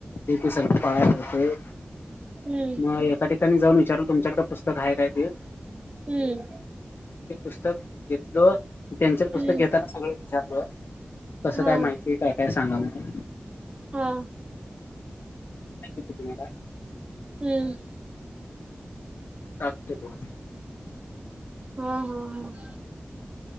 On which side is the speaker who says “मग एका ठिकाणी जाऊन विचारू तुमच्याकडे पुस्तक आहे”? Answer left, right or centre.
Left